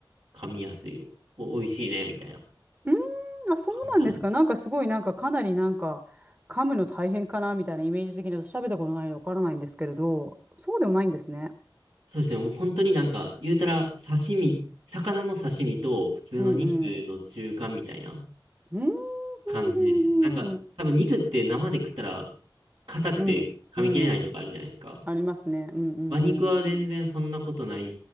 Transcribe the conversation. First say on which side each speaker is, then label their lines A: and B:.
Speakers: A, on the right; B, on the right.
A: 噛みやすい、お、美味しいね、みたいな
B: ーん、あ、そうなんですか。
A: 感じなんです。
B: なんかすごい、なんかかなりなんか、噛むの大変かなみたいなイメージ的に私食べたことないのでわからないんですけれど、そうでもないんですね。
A: そうですね、もう本当になんか、言うたら刺身、魚の刺身と普通の肉の中間みたいな
B: うんうん。うんうん
A: 感じですね。
B: うんうん
A: なんか、多分肉って生で食ったら硬くて噛み切れないとかあるじゃないですか。
B: うん。うんありますね。うんうんうん。
A: 馬肉は全然そんなことない